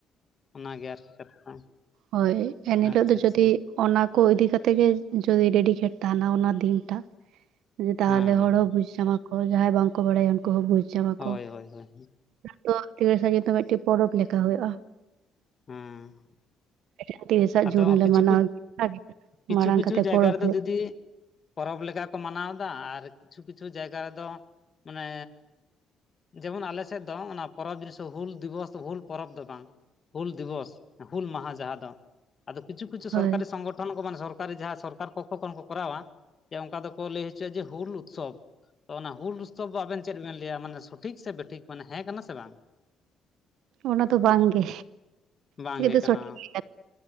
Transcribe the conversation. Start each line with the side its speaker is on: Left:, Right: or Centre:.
Left: ᱚᱱᱟᱜᱮ ᱟᱨᱠᱤ ᱠᱟᱛᱷᱟ,
Right: ᱦᱳᱭ ᱮᱱᱦᱤᱞᱳᱜ
Left: ᱟᱪᱪᱷᱟ
Right: ᱫᱚ
Left: ᱟᱪᱪᱷᱟ
Right: ᱡᱩᱫᱤᱼᱼ
Left: ᱦᱮᱸ
Right: ᱚᱱᱟ ᱠᱚ ᱤᱫᱤ ᱠᱟᱛᱮ ᱜᱮ ᱡᱩᱫᱤ ᱰᱤᱰᱤᱠᱮᱴ ᱛᱟᱦᱮᱱᱟ ᱚᱱᱟ ᱫᱤᱱᱴᱟᱜ᱾ ᱛᱟᱦᱚᱞᱮ
Left: ᱦᱮᱸ
Right: ᱦᱚᱲ ᱦᱚᱸ ᱵᱩᱡ ᱥᱟᱢᱟ ᱠᱚ ᱡᱟᱦᱟᱸᱭ ᱵᱟᱝᱠᱚ ᱵᱟᱲᱟᱭᱟ᱾ ᱠᱩᱦ ᱵᱩᱡᱽ ᱧᱟᱢᱟ
Left: ᱦᱳᱭ
Right: ᱠᱚ
Left: ᱦᱳᱭ ᱦᱳᱭ
Right: ᱛᱚ ᱢᱤᱫᱴᱮᱱ ᱯᱚᱨᱚᱵᱽ ᱞᱮᱠᱟ ᱦᱩᱭᱩᱜᱼᱟ᱾
Left: ᱦᱮᱸ᱾
Right: ᱟ ᱛᱤᱨᱤᱥᱟᱜ
Left: ᱟᱫᱚ
Right: ᱡᱩᱱ ᱞᱮ
Left: ᱠᱤᱪᱷᱩ
Right: ᱢᱟᱱᱟᱣ ᱜᱮᱭᱟ ᱟᱨ
Left: ᱠᱤᱪᱷᱩ
Right: ᱢᱟᱲᱟᱝ
Left: ᱠᱤᱪᱷᱩ
Right: ᱠᱟᱛᱮ
Left: ᱡᱟᱭᱜᱟ
Right: ᱯᱚᱨᱚᱵᱽ
Left: ᱨᱮᱫᱚ
Right: ᱦᱩᱭᱩᱜᱼᱼ
Left: ᱫᱤᱫᱤ ᱯᱚᱨᱚᱵᱽ ᱞᱮᱠᱟ ᱠᱚ ᱢᱟᱱᱟᱣ ᱮᱫᱟ, ᱟᱨ ᱠᱤᱪᱷᱩ ᱠᱤᱪᱷᱩ ᱡᱟᱭᱜᱟ ᱨᱮᱫᱚ ᱢᱟᱱᱮᱼᱼ ᱡᱮᱢᱚᱱ ᱟᱞᱮ ᱥᱮᱫ ᱫᱚ, ᱚᱱᱟ ᱯᱚᱨᱚᱵᱽ ᱡᱤᱱᱤᱥ ᱫᱚ ᱦᱩᱞ ᱫᱤᱵᱚᱥ ᱦᱩᱞ ᱯᱚᱨᱚᱵᱽ ᱫᱚ ᱵᱟᱝ᱾ ᱦᱩᱞ ᱫᱤᱵᱚᱥ, ᱦᱩᱞ ᱢᱟᱦᱟ ᱡᱟᱦᱟᱸ ᱫᱚ᱾ ᱟᱫᱚ ᱠᱤᱪᱷᱩ ᱠᱤᱪᱷᱩ
Right: ᱦᱳᱭ
Left: ᱥᱚᱨᱡᱟᱨᱤ ᱥᱚᱝᱜᱚᱴᱷᱚᱱ ᱠᱚ ᱢᱟᱱᱮ ᱥᱚᱨᱼᱼ ᱚᱠᱟᱨᱮ ᱡᱟᱦᱟᱸ ᱥᱚᱨᱠᱟᱨ ᱯᱚᱠᱠᱷᱚ ᱠᱷᱚᱱ ᱠᱚᱨᱟᱣᱟ ᱡᱮ ᱚᱱᱠᱟ ᱫᱚᱠᱚ ᱞᱟᱹᱭ ᱦᱚᱪᱚᱼᱟ ᱡᱮ ᱦᱩᱞ ᱩᱛᱥᱚᱵᱽ᱾ ᱛᱚ ᱚᱱᱟ ᱦᱩᱞ ᱩᱥᱛᱚᱵ ᱫᱚ ᱟᱵᱮᱱ ᱪᱮᱫ ᱵᱮᱱ ᱞᱟᱹᱭᱟ? ᱢᱟᱱᱮ ᱥᱚᱴᱷᱤᱠ ᱥᱮ ᱵᱮᱴᱷᱤᱠ ᱢᱟᱱᱮᱸ ᱠᱟᱱᱟ ᱥᱮ ᱵᱟᱝ?
Right: ᱚᱱᱟ ᱫᱚ ᱵᱟᱝ ᱜᱮ᱾
Left: ᱵᱟᱝᱜᱮ
Right: ᱪᱤᱠᱟᱹᱛᱮ
Left: ᱠᱟᱱᱟ
Right: ᱥᱚᱴᱷᱤᱠ ᱜᱮᱭᱟ᱾